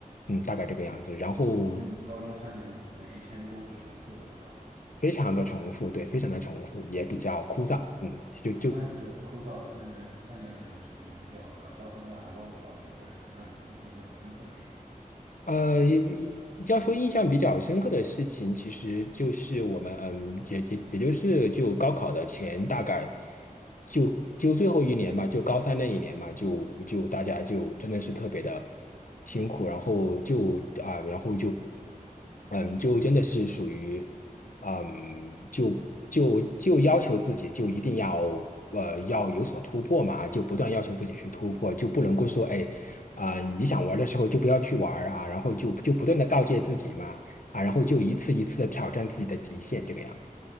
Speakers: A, on the left; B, on the right.
A: 嗯，大概这个样子。然后
B: 所以你高中三年每一天都是重复的，对吧？
A: 非非常常的的重重复，复，对，也比较枯燥，嗯，就就。
B: 啊，那你这枯燥三年三年里有什么比较呃，到现在还忘不了事，或者让你印象比较深刻的事吗？
A: 呃，也也要说印象比较深刻的事情，其实就是我们，嗯，也也也就是就高考的前大概就就最后一年嘛，就高三那一年嘛，就就大家就真的是特别的辛苦，然后就啊、然后就嗯，就真的是属于嗯，就就就要求自己就一定要呃要有所突破嘛，就不断要求自己去突破，就不能够说哎。啊、你想玩的时候就不要去玩啊，然后就就不断的告诫自己嘛，啊，然后就一次一次的挑战自己的极限，这个样子。